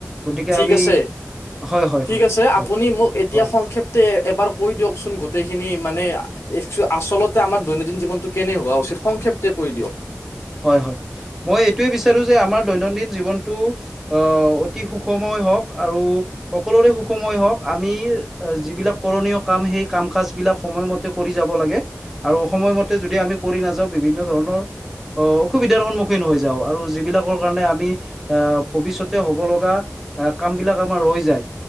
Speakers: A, in the centre; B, on the left.
A: গতিকে
B: ঠিক
A: আমি
B: আছে
A: হয় হয়
B: ঠিক
A: হয়
B: আছে
A: হয়
B: আপুনি মোক এতিয়া
A: হয়
B: সংক্ষেপ্তে এবাৰ কৈ দিয়কচোন গোটেইখিনি খিনি মানে আচলতে আমাক দৈনন্দিন জীৱনটো কেনে হোৱা উচিত সংক্ষেপ্তে কৰি দিয়ক
A: হয় হয় মই এইটোয়ে বিচাৰো যে আমাৰ দৈনন্দিন জীৱনটো আহ অতি সুখময় হওক আৰু সকলোৰে সুখময় হওক আমি এ যিবিলাক কৰণীয় কাম সেই কাম কাজ বিলাক সময়মতে কৰি যাব লাগে আৰু সময়মতে যদি আমি কৰি নাযাওঁ বিভিন্ন ধৰণৰ অহ অসুবিধাৰ সন্মুখীন হৈ যাওঁ আৰু যিবিলাকৰ কাৰণে আমি আহ ভৱিষ্যতে হব লগা কাম বিলাক আমাৰ ৰৈ যায়